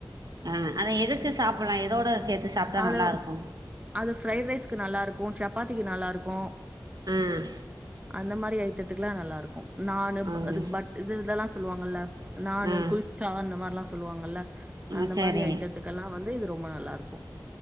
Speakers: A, on the right (about 65°); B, on the right (about 20°).
A: ஆஹ் அத எதுக்கு சாப்பிடலாம் எதோட சேத்து சாப்ட்டா
B: அது
A: நல்லாருக்கு
B: அது பிஃரைட் ரைஸ்க்கு நல்லா இருக்கும் சப்பாத்திக்கு நல்லா இருக்கும்
A: ம்
B: அந்த மாரி ஐட்டத்துக்க எல்லாம் நல்லா இருக்கும் நானு
A: ம்
B: இதுக்கு பட் இது இதெல்லாம் சொல்லுவாங்கல்ல நானு
A: ம்
B: குளிச்சா அந்த மாரிலாம் சொல்லுவாங்கல்ல அந்த
A: ம் சரி
B: மாரி ஐட்டத்துக்கெ எல்லாம் வந்து இது ரொம்ப நல்லா இருக்கும்